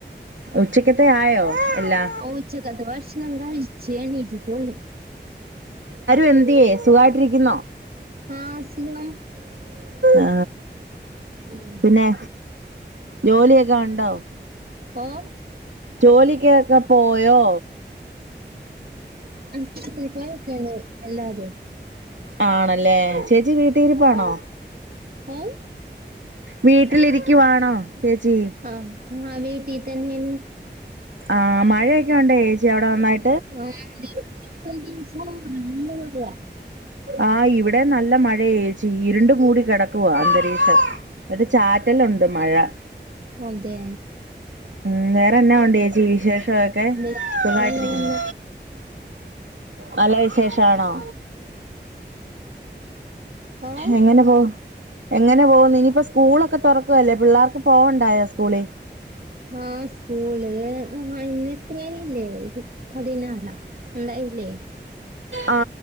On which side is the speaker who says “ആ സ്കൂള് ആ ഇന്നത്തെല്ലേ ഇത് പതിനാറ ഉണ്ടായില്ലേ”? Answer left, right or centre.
Right